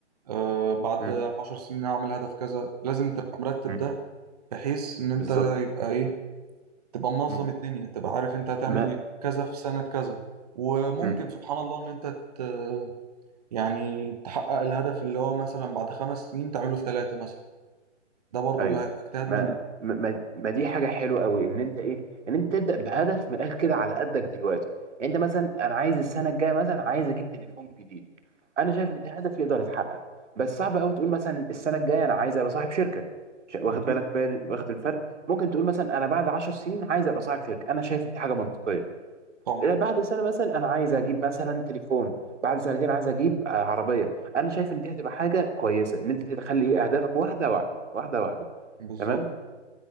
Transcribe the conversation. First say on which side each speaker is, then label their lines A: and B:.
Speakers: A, on the right; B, on the right.
A: آه، بعد
B: مم.
A: عشر سنين هعمل هدف كذا لازم تبقى مرتب
B: مم.
A: ده بحيث إن أنت
B: بالظبط
A: يبقى إيه تبقى منظم
B: مم.
A: الدنيا تبقى عارف أنت هتعمل
B: ما
A: كذا في سنة كذا وممكن
B: مم.
A: سبحان الله إن أنت ت- يعني تحقق الهدف اللي هو مثلا بعد خمس سنين تعمله في ثلاثة مثلا ده برضو
B: ايوه
A: هيبقى اجتهاد
B: ما
A: منك
B: ما ما ما دي حاجه حلوه قوي ان انت ايه ان انت تبدا بهدف من الاخر كده على قدك دلوقتي يعني انت مثلا انا عايز السنه الجايه مثلا عايز اجيب تليفون جديد انا شايف ان ده هدف يقدر يتحقق بس صعب قوي تقول مثلا السنه الجايه انا عايز ابقى صاحب شركه ش- واخد
A: أكيد
B: بالك بين واخد الفرق ممكن تقول مثلا انا بعد 10 سنين عايز ابقى صاحب شركه انا شايف دي حاجه منطقيه
A: طبعا
B: بعد سنة مثلا أنا عايز أجيب مثلا تليفون بعد سنتين عايز أجيب آه، عربية أنا شايف إن دي هتبقى حاجة كويسة إن أنت تخلي إيه أهدافك واحدة واحدة واحدة واحدة
A: بالظبط
B: تمام